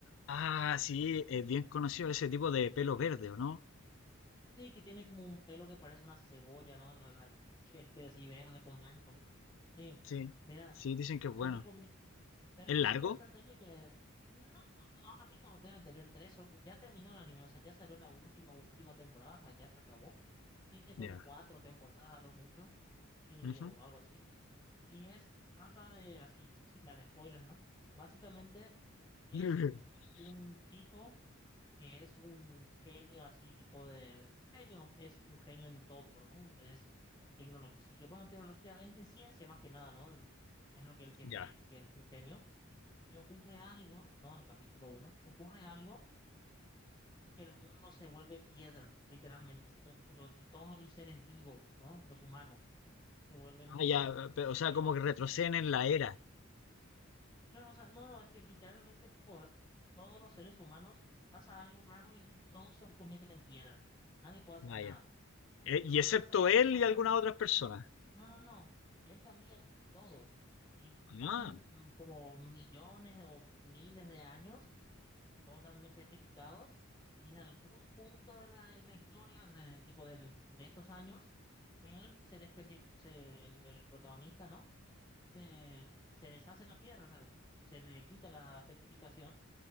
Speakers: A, on the left (about 65°); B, on the left (about 20°).
A: Ah, sí, es bien conocido ese tipo de pelo verde, ¿o no?
B: Sí, que tiene como un pelo que parece una cebolla, ¿no? La, la- <laughs> este así verde con blanco, ¿no? Sí,
A: Sí,
B: mira,
A: sí, dicen que es bueno.
B: te recomiendo, Te recomiendo
A: ¿Es largo?
B: esta serie que no, ahora mismo debe tener tres, o, ya terminó el anime, o sea, ya salió la última, última temporada, o sea, ya se acabó. Tiene creo
A: Ya.
B: que cuatro temporadas a lo mucho, y,
A: Ujú.
B: o algo así. Y es, trata de, así, sin dar spoilers, ¿no? Básicamente es
A: <laughs>
B: un chico que es un genio así, tipo de, genio, es un genio en todo, ¿no? Es en tecnología, bueno, tecnología, en, en ciencia más que nada, ¿no? En- es lo que él siempre
A: Ya.
B: dice, que es un genio y ocurre algo, ¿no? En capítulo uno ocurre algo que el mundo se vuelve piedra, literalmente, se control- todos los seres vivos, ¿no? Los humanos se vuelven
A: Ah, ya, pe- o sea,
B: piedra.
A: como que retroceden en la era.
B: Claro, o sea, no, no, es que literalmente, tipo, todos los seres humanos pasa algo raro y, y todos se convierten en piedra. Nadie puede hacer
A: Ah,
B: nada.
A: ya. Eh,
B: Y
A: y
B: lo que
A: excepto
B: pasa es que
A: él
B: pasan,
A: y algunas otras personas.
B: no, no, no, él también, todos. Y
A: Ah,
B: pasan mm, como millones de- o miles de años y todos están petrificados. Y en algún punto de la, de la historia, o sea, de, tipo del, de estos años, él se despeci- se- el, el protagonista, ¿no? Se, se deshace en la piedra, o sea, se le quita la petrificación